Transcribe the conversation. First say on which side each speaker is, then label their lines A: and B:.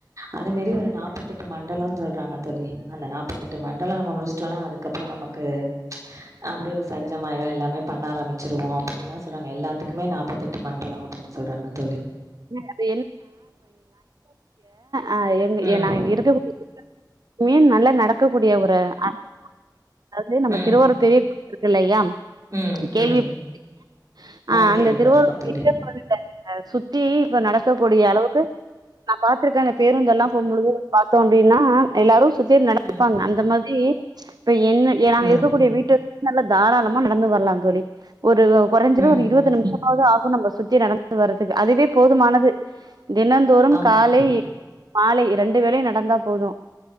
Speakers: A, on the right; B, on the right.
A: அது மேரி ஒரு நாப்பத்தெட்டு மண்டலோன் சொல்றாங்க தோழி அந்த நாப்பத்தெட்டு மண்டலோ நம்ம முடிஷ்டோன்னா அதுக்கப்றோ நமக்கு ப்ச் அப்டியே ஒரு சகஜமாயிடு எல்லாமே பண்ண ஆரமிச்சிருவோ அப்டின்தா சொல்றாங்க எல்லாத் துக்குமே நாப்பத்தெட்டு மண்டலோ அப்டின் சொல்றாங்க தோழி
B: அது ஆ எங்க
A: ம்.
B: ஏ நா இங்க இருக்க கூடிய வீட்ல மேன் நல்ல நடக்கக்கூடிய ஒரு அ அதாவது நம்ம
A: ம்.
B: திருவாரு பெரிய இருக்கில்லயா
A: ம்.
B: கேள்வி
A: ம்.
B: <inaudible> அ
A: ஆ
B: அந்த
A: கேள்விப்பட்டிருக்கோம்
B: திருவாரூ
A: தோழி.
B: <inaudible> சுத் த்தி இப்ப நடக்கக்கூடிய அளவுக்கு நா பாத்திருக்க அந்த பேருந்தெல்லா போம்பொழுது பாத்தோம் அப்டின்னா எல்லாரு சுத்தி நடப்பாங்க
A: ம்.
B: அந்த மாதி இப்ப என்ன நா
A: ம்.
B: இருக்கக்கூடிய வீட்ட நல்ல தாராளமா நடந்து வர்லாந் தோழி ஒரு கொரஞ்சது
A: ம்.
B: ஒரு இருவது
A: ம்.
B: நிம்ஷமாவது ஆ கு நம்ப சுத்தி நடந்து வரதுக் அதுவே போதுமானது தினந்தோறும்
A: ஆமா.
B: காலை மாலை எ ரெண்டு வேலையு நடந்தா போது